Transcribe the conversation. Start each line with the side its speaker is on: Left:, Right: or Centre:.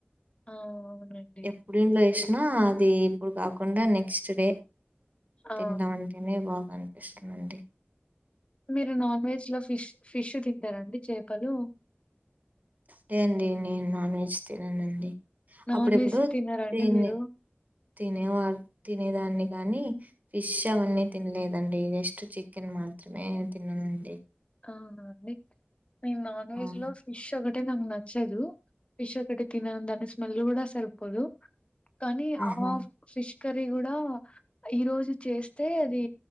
Left: ఆ అవును అండి
Right: ఎప్పుడు ఇంట్లో జేసినా అది ఇప్పుడు కాకుండా నెక్స్ట్ డే
Left: ఆ!
Right: తింటామం తినే బాగా అనిపిస్తుందండి
Left: మీరు నాన్ వెజ్ లో ఫిష్ ఫిష్ తింటారండి చేపలు
Right: లే అండి నేను నాన్ వెజ్ తిననండి
Left: నాన్
Right: అప్పుడెప్పుడో
Left: వెజ్ తినరా
Right: తిని
Left: అండి మీరు?
Right: తినేవా తినేదాన్ని కానీ ఫిష్ అవన్నీ తినలేదండి జస్ట్ చికెన్ మాత్రమే తిన్ననండి
Left: కా అండి మేం నాన్ వెజ్
Right: అవును
Left: లో ఫిష్ ఒకటే నాకు నచ్చదు ఫిష్ ఒకటే తినను దాని స్మెల్ల్ కూడా సరిపోదు కానీ
Right: ఆహా
Left: ఆ ఫిష్ కర్రీ కూడా ఈ రోజు చేస్తే అది